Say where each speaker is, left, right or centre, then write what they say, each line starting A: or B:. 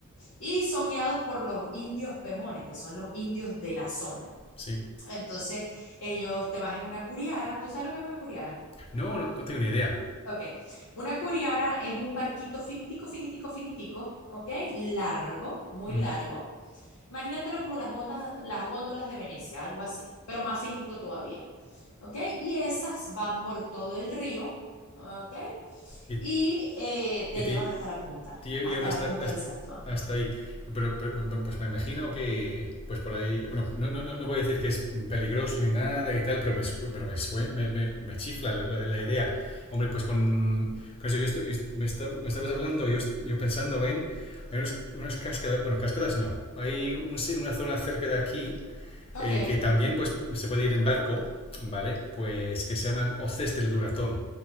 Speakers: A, on the left; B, on the left.
A: Y son guiados por los indios pemones, que son los indios de la zona.
B: Sí.
A: Entonces, ellos te vas en una curiara. ¿Tú sabes lo que es una curiara?
B: No, no, no tengo ni idea.
A: Ok, una curiara es un barquito finitico, finitico, finitico, ok, largo, muy
B: Ujú.
A: largo, Imagínatelo como las góndolas, las góndolas de Venecia, algo así, pero más finito todavía. ¿Ok? Y esas van por todo el río, ¿ok?
B: ¿Y,
A: Y eh, te
B: y te,
A: llevan hasta la punta,
B: llevan
A: hasta
B: hasta,
A: la punta
B: hasta,
A: del Salto Ángel.
B: hasta ahí. Pero, pero, bueno, pues me imagino que, pues por ahí, bueno, no, no, no no voy a decir que es peligroso ni nada y tal, pero me, pero me, me, me, me chifla la, la, la idea. Hombre, pues con, con eso, yo, estoy- yo me, está- me estabas hablando, yo, yo pensando en, hay unos- unas cascadas, bueno, cascadas no, hay un si- una zona cerca de aquí
A: Ok,
B: eh, que también pues, se puede ir en barco, ¿vale? Pues que se llaman hoces del Duratón.